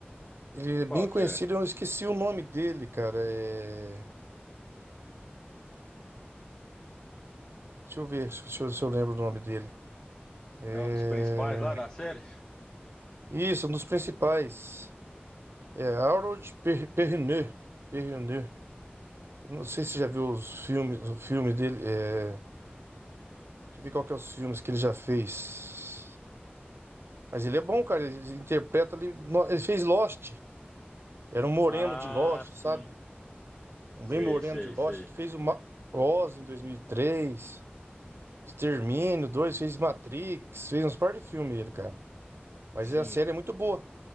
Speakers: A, on the right (about 85°); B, on the left (about 20°).
A: Ele é bem
B: Qual
A: conhecido,
B: que é?
A: eu esqueci o nome dele, cara. É... Deixa eu ver se se eu, se eu lembro o nome dele. É...
B: É um dos principais lá da série?
A: Isso, um dos principais. É Harold Per- Perrineau. Perrineau. Não sei se você já viu os filmes, o filme dele. É... Deixa eu ver qual que é os filmes que ele já fez. Mas ele é bom, cara. Ele interpreta ali. no- Ele fez Lost. Era um moreno
B: Ah,
A: de Lost,
B: sim.
A: sabe? Um
B: Sei,
A: bem moreno
B: sei,
A: de Lost.
B: sei.
A: Ele fez o Ma- Oz em 2003. Extermínio dois Fez Matrix. Fez uns par de filme ele, cara. Mas
B: Sim,
A: a série é muito boa.